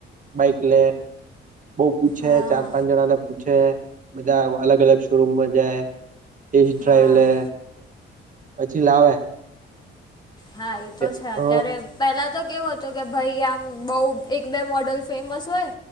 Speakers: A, on the right; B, on the left.
A: બાઇક લે બઉ પૂછે
B: હા
A: ચાર પાંચ જણા ને પૂછે બધા અલગ અલગ શોરૂમમાં જાય. ટેસ્ટ ડ્રાઇવ
B: હા
A: લે પછી લાવે.
B: હા એ તો
A: હ
B: છે અત્યારે પેલા. તો કેવો હતો કે ભાઈ આમ બઉ એક બે મોડલ ફેમસ હોય.